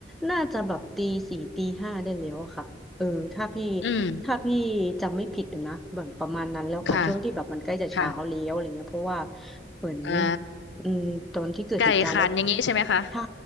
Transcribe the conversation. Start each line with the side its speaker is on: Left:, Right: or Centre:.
Centre: น่าจะแบบตีสี่ตีห้าได้แล้วอะค่ะเออถ้าพี่
Left: อืม
Centre: ถ้าพี่จำไม่ผิดนะแบบประมาณนั้นแล้วค่ะช่วงที่แบบมันใกล้จะเช้าแล้วอะไรเงี้ยเพราะว่า
Left: ค่ะค่ะ
Centre: เหมือน
Left: อ่า
Centre: อืมตอนที่เกิดเหตุการณ์แล้ว
Left: ไก่ขันอย่างนี้ใช่ไหมคะ
Centre: ใช่